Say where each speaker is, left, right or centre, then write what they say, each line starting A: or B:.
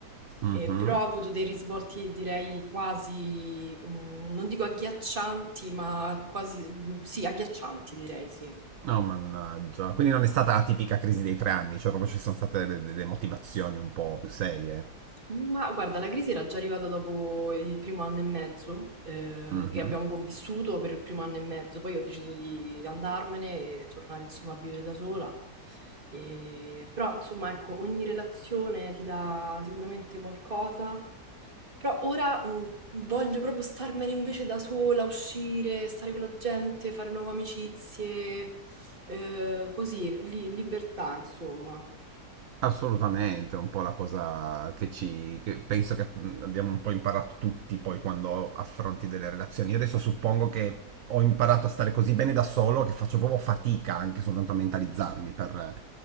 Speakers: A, on the right (about 60°); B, on the right (about 30°).
A: Mhm.
B: eh, però ha avuto dei risvolti, direi, quasi, mh, non dico agghiaccianti, ma quasi, mh, sì, agghiaccianti, direi, sì.
A: No, mannaggia. Quindi non è stata la tipica crisi dei tre anni, cioè proprio ci sono state delle, delle motivazioni un po' più serie.
B: Ma guarda, la crisi era già arrivata dopo il primo anno e mezzo, eh,
A: Mhm.
B: perché abbiamo convissuto per il primo anno e mezzo, poi ho deciso di andarmene e tornare, insomma, a vivere da sola. E- però, insomma, ecco, ogni relazione ti dà sicuramente qualcosa Però ora mh, voglio proprio starmene invece da sola, uscire, stare con la gente, fare nuove amicizie, eh, così, li- libertà, insomma.
A: Assolutamente, è un po' la cosa che ci... che penso che mh, abbiamo un po' imparato tutti poi quando affronti delle relazioni. Io adesso suppongo che ho imparato a stare così bene da solo che faccio proprio fatica anche soltanto a mentalizzarmi per,